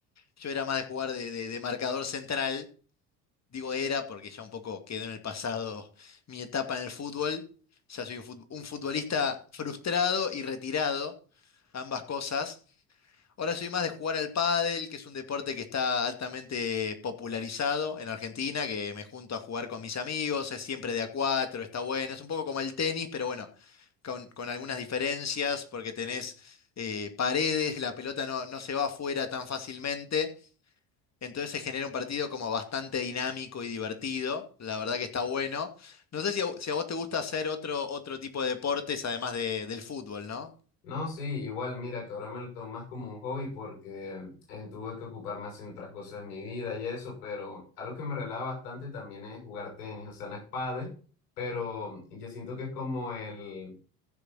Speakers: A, on the left; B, on the left.
A: Yo era más de jugar de, de de marcador central. Digo era porque ya un poco quedó en el pasado mi etapa en el fútbol. Ya soy un fut- un futbolista frustrado y retirado, ambas cosas. Ahora soy más de jugar al pádel, que es un deporte que está altamente popularizado en Argentina, que me junto a jugar con mis amigos, es siempre de a cuatro, está bueno. Es un poco como el tenis, pero bueno, con, con algunas diferencias, porque tenés eh, paredes, la pelota no, no se va afuera tan fácilmente. Entonces se genera un partido como bastante dinámico y divertido. La verdad que está bueno. No sé si a, vo- si a vos te gusta hacer otro, otro tipo de deportes además de- del fútbol, ¿no?
B: No, sí, igual, mira, que ahora me lo tomo más como un hobby porque eh, tuve que ocupar más en otras cosas de mi vida y eso, pero algo que me relaja bastante también es jugar tenis, o sea, no es pádel, pero yo siento que es como el,